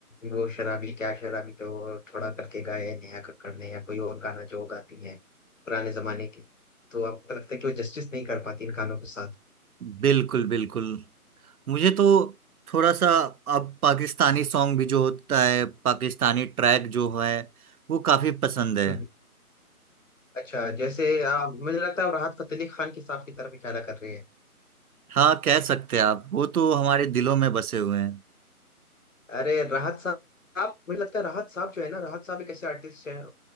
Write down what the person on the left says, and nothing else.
वो शराबी क्या शराबी जो थोड़ा करके गाए हैं, नेहा कक्कड़ ने या कोई और गाना जो गाती है पुराने जमाने के तो आपको लगता है कि वो जस्टिस नहीं कर पाती इन गानों के साथ
हम्म, अच्छा जैसे अ, मुझे लगता है आप राहत फतेह अली खान के साहब की तरफ इशारा कर रहे हैं
अरे राहत साहब मुझे लगता है राहत साहब जो है ना राहत साहब एक ऐसे आर्टिस्ट हैं